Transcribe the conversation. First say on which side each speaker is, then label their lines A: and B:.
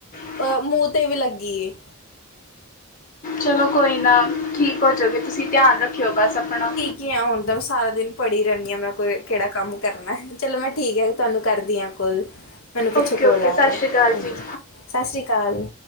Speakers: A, on the left; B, on the left.
A: ਹ <inaudible>
B: ਅ ਮੂੰਹ ਤੇ ਵੀ ਲੱਗੀ ਏ
A: ਚਲੋ ਕੋਈ ਨਾ ਠੀਕ ਹੋ ਜਾੋਗੇ ਤੁਸੀਂ ਧਿਆਨ ਰੱਖਿਓ ਬਸ ਆਪਣਾ
B: ਕਿ ਹ ਹੁੰਦਾ ਮੈਂ ਸਾਰਾ ਦਿਨ ਪੜ੍ਹ ਹੀ ਰਹਿੰਦੀ ਹਾਂ ਮ ਕੋਈ ਕਿਹੜਾ ਕੰਮ ਕਰਨਾ ਚਲੋ ਮੈਂ ਠੀਕ ਹੈ ਤੁਹਾਨੂੰ ਕਰਦੀ ਹਾਂ ਕੋਲ ਮੈਨੂੰ ਪਿੱਛੋਂ
A: ਓਕੇ
B: ਕੋਲ
A: ਓਕੇ
B: ਆ
A: ਸਤਿ
B: ਰਿਹਾ
A: ਸ਼੍ਰੀ ਅਕਾਲ
B: ਹਾਂਜੀ
A: ਜੀ
B: ਸਤਿ ਸ੍ਰੀ ਅਕਾਲ